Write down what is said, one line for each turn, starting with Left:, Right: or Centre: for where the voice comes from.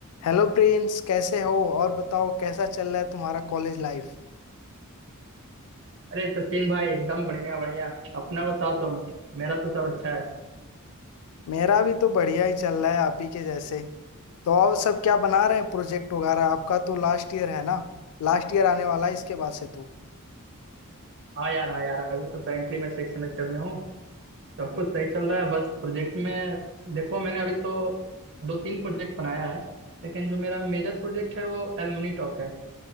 Left: Hello Prince कैसे हो और बताओ कैसा चल रहा है तुम्हारा कॉलेज लाइफ
Right: अरे सचिन भाई एकदम बढ़िया बढ़िया अपना बताओ तुम मेरा तो सब अच्छा है
Left: मेरा भी तो बढ़िया ही चल रहा है आप ही के जैसे तो और सब क्या बना रहे हैं प्रोजेक्ट वगैरह आपका तो लास्ट ईयर है ना लास्ट ईयर आने वाला है इसके बाद से तो
Right: हाँ यार हाँ यार अभी तो करेंटली मैं सिक्स सेमेस्टर में हूँ सब कुछ सही चल रहा है बस प्रोजेक्ट में देखो मैंने अभी तो दो तीन प्रोजेक्ट बनाया है लेकिन जो मेरा मेजर प्रोजेक्ट है वो एलुमनी टॉक है